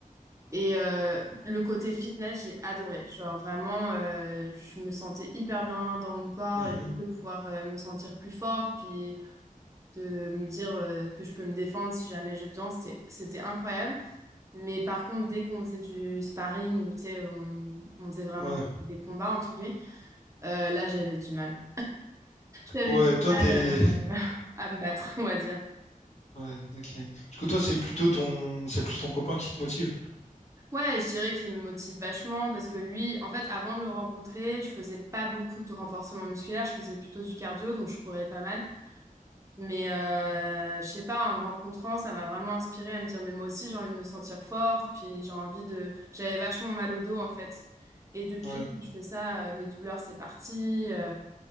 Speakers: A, on the right; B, on the left.
A: Et euh, le côté fitness, j'ai adoré. Genre vraiment, euh, je me sentais hyper bien dans mon corps
B: Mhm.
A: et juste de pouvoir euh, me sentir plus forte, puis de me dire euh, que je peux me défendre si jamais j'ai besoin, c'était, c'était incroyable. Mais par contre, dès qu'on faisait du sparring ou tu sais, on, on faisait vraiment
B: Ouais.
A: des combats, entre guillemets, euh, là j'avais du mal. J'avais
B: Ouais,
A: du
B: toi,
A: mal
B: t'es.
A: euh, <laughs> à me battre, on va dire.
B: Ouais, ok. Du coup, toi, c'est plutôt ton. C'est plus ton copain qui te motive.
A: Ouais, je dirais qu'il me motive vachement parce que lui, en fait, avant de le rencontrer, je faisais pas beaucoup de renforcement musculaire, je faisais plutôt du cardio, donc je courais pas mal. Mais euh, je sais pas, en le rencontrant, ça m'a vraiment inspirée à me dire, mais moi aussi, j'ai envie de me sentir forte, puis j'ai envie de... J'avais vachement mal au dos, en fait. Et depuis
B: Ouais.
A: que je fais ça, euh, mes douleurs, c'est parti. euh,